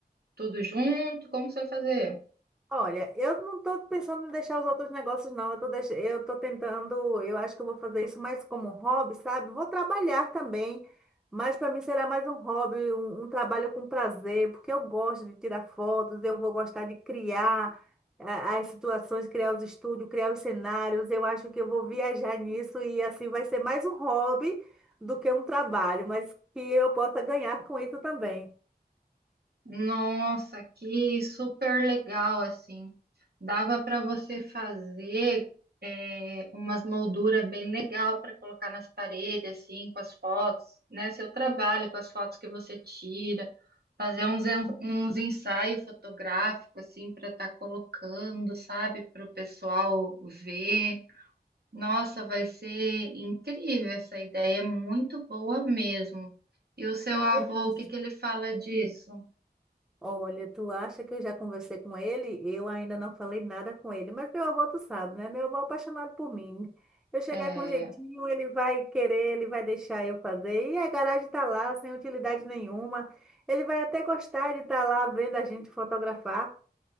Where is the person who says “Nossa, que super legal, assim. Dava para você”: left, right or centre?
Right